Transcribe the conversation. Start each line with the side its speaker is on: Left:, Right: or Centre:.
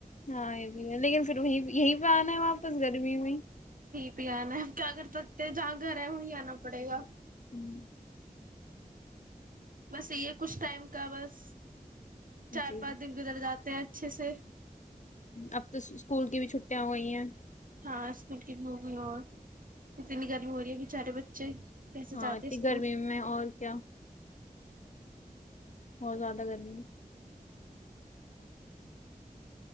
Left: ہاں یہ بھی ہے لیکن پھر وہیں یہیں پہ آنا ہے واپس گرمی میں
Right: بھی انا ہے کیا کر سکتے ہیں جہاں گھر ہے وہیں آنا پڑے گا
Left: <inaudible>
Right: بس یہ ھے کچھ ٹائم کا بس چار
Left: جی
Right: پانچ دن گزر جاتے ھے اچھے سے
Left: اب تو اسکول کی بھی چھٹیاں ہو گئی ہیں
Right: ہاں اسکول کی بی ھو گی ھے اور اتنی گرمی ہو رہی ہے بیچارے بچے کیسے
Left: ہاں
Right: جاتے
Left: ا تھنی
Right: اسکول
Left: گرمی میں اور کیا اور زیادہ گر می ے